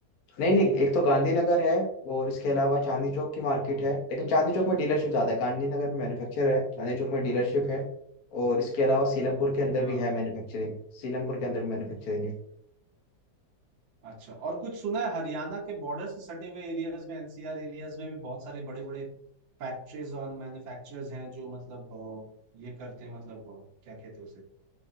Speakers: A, on the left; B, on the right.
A: नहीं नहीं एक तो गांधीनगर है और इसके अलावा चांदनी चौक की मार्केट
B: हाँ
A: है लेकिन चांदनी चौक में डीलरशिप ज्यादा है गांधीनगर में मैन्युफैक्चर है चांदनी चौक में डीलरशिप है और इसके अलावा सीलमपुर के अंदर
B: हाँ
A: भी है मैन्युफैक्चरिंग सीलमपुर के अंदर भी मैन्युफैक्चरिंग है
B: अच्छा और कुछ सुना है हरियाणा के बॉर्डर से सटे हुए एरियाज में एनसीआर एरियाज में भी बहुत सारे बड़े बड़े फैक्ट्रीज और मैन्युफैक्चरर्स हैं जो मतलब अ, ये करते हैं मतलब अ, क्या कहते हैं उसे